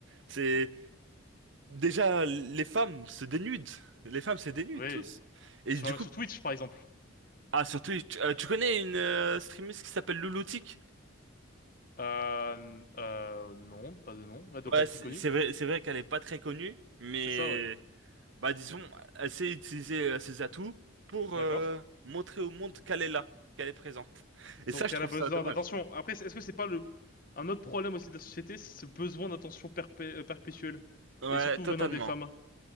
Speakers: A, on the right; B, on the left.
A: c'est déjà les femmes se dénudent. Les femmes se dénudent
B: ouais.
A: tous.
B: Oui.
A: Et
B: Sur,
A: du coup,
B: sur Twitch, par exemple.
A: ah surtout, tu, euh, tu connais une euh, streameuse qui s'appelle Louloutique?
B: Euh, euh, non, pas de nom. Elle doit
A: Ouais,
B: pas être
A: c'est
B: très connue.
A: c'est vrai, c'est vrai qu'elle est pas très connue, mais
B: C'est ça, ouais.
A: bah disons, elle sait utiliser euh, ses atouts pour euh,
B: D'accord.
A: montrer au monde qu'elle est là, qu'elle est présente. Et
B: Donc
A: ça, je
B: elle
A: trouve
B: a besoin
A: ça dommage.
B: d'attention. Après, est-ce que c'est pas le un autre problème aussi de la société, c'est ce besoin d'attention perpé- euh, perpétuelle
A: Ouais,
B: et surtout
A: totalement.
B: venant des femmes.